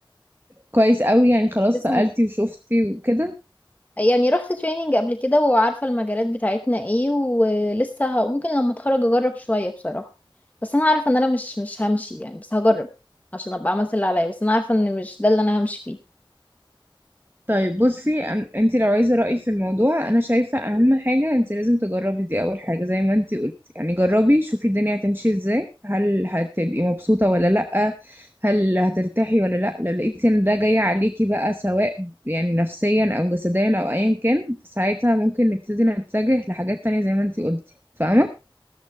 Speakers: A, on the right; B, on the left.
A: كويس قوي يعني خلاص
B: لسه
A: سالتي
B: م-
A: وشفتي وكده
B: يعني رحت تريننج قبل كده وعارفة المجالات بتاعتنا ايه ولسه ه... ممكن لما اتخرج اجرب شوية بصراحة بس انا عارفة ان انا مش مش همشي يعني بس هجرب عشان ابقى عملت اللي عليا بس انا عارفة ان مش ده اللي انا همشي فيه
A: طيب بصي أن- انت لو عايزه رايي في الموضوع انا شايفه اهم حاجه انت لازم تجربي دي اول حاجه زي ما انت قلتي يعني جربي شوفي الدنيا هتمشي ازاي هل هتبقي مبسوطه ولا لا هل هترتاحي ولا لا لو لقيتي ان ده جاي عليكي بقى سواء يعني نفسيا او جسديا او ايا كان فساعتها ممكن نبتدي نتجه لحاجات تانية زي ما انت قلتي فاهمه